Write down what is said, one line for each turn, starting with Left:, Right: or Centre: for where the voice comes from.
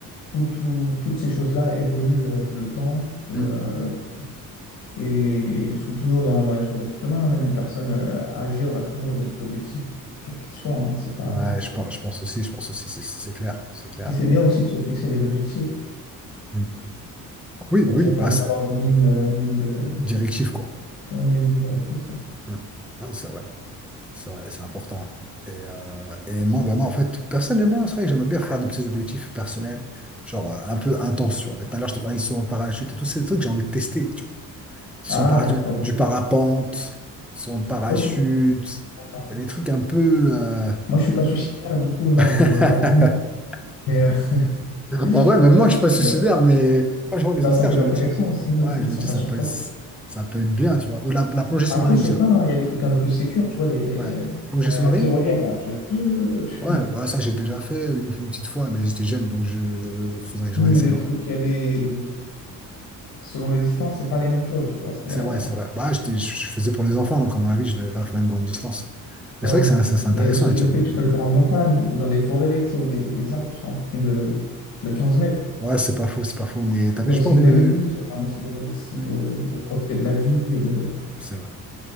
Left: tout- tout- toutes ces choses-là évoluent avec le temps et,
Centre: Mm.
Left: euh, et sont toujours dans, dans l'esprit de l'être humain. hein. Même une personne euh, âgée aura toujours des objectifs, quels qu'ils soient. hein. C'est pas...
Centre: Ouais, je pense, je pense aussi, je pense aussi, c'est c'est clair, c'est clair.
Left: Et c'est bien aussi de se fixer des objectifs.
Centre: Mm. Oui,
Left: Ça,
Centre: oui,
Left: ça permet
Centre: passe
Left: d'avoir une ligne, euh, une ligne de...
Centre: directif, quoi.
Left: une ligne directrice. ouais.
Centre: Mm. Ah, c'est vrai. C'est vrai, c'est important. hein. Et, euh, et moi, vraiment, en fait, personnellement, c'est vrai que j'aime bien faire des petits objectifs personnels, genre euh, un peu intenses. tu vois. Et tout à l'heure, je te parlais, ils sont en parachute et tous ces trucs que j'ai envie de tester. Tu vois. Ils
Left: Ah,
Centre: sont en parachute,
Left: d'accord,
Centre: du
Left: ok.
Centre: parapente, ils sont en parachute,
Left: Ok. Bon.
Centre: les trucs un peu. euh,
Left: Moi, je suis pas suicidaire, du coup, non,
Centre: <laughs>
Left: je... non mais mais, euh, <laughs>
Centre: En vrai, même
Left: ouais,
Centre: moi,
Left: ça,
Centre: je suis pas
Left: peut,
Centre: suicidaire,
Left: euh,
Centre: mais quand je vois les
Left: bah,
Centre: autres
Left: ça
Centre: faire,
Left: peut
Centre: je
Left: être intéressant
Centre: me dis,
Left: aussi, ouais,
Centre: ouais,
Left: c'est des
Centre: je me
Left: sensations
Centre: dis, ça peut,
Left: fortes.
Centre: ça peut être bien, tu vois. Ou la, la plongée sous-marine,
Left: Après, je sais
Centre: tiens.
Left: pas, hein, il y a des trucs un peu plus sécures, tu vois, les...
Centre: Ouais, plongée
Left: il y a
Centre: sous-marine.
Left: la tyrolienne, là, tu... tu- tu-
Centre: Ouais,
Left: <laughs>
Centre: bah ça j'ai déjà fait une, une petite fois, mais j'étais jeune, donc je faudrait que
Left: Oui,
Centre: je réessaye
Left: mais les
Centre: encore.
Left: trucs, il y a des... Selon les distances, c'est pas les mêmes choses, tu vois, c'est...
Centre: C'est
Left: euh,
Centre: vrai, c'est vrai. Bah j'étais- je faisais pour les enfants, donc à mon avis, je devais pas faire une grande distance. Mais
Left: Ouais.
Centre: c'est vrai que c'est c'est- c'est intéressant
Left: Il y a aussi
Centre: la
Left: le
Centre: tyrolienne.
Left: fait que tu peux le faire en montagne ou dans les forêts, tu sais, où des, les arbres sont à plus de, de 15 mètres.
Centre: Ouais, c'est pas faux, c'est pas faux. Mais t'as vu,
Left: Tu
Centre: j'ai
Left: as aussi
Centre: pas envie
Left: une belle
Centre: de.
Left: vue, ça te permet aussi de, c'est
Centre: Hmm,
Left: de, de profiter de la vue et de...
Centre: C'est vrai,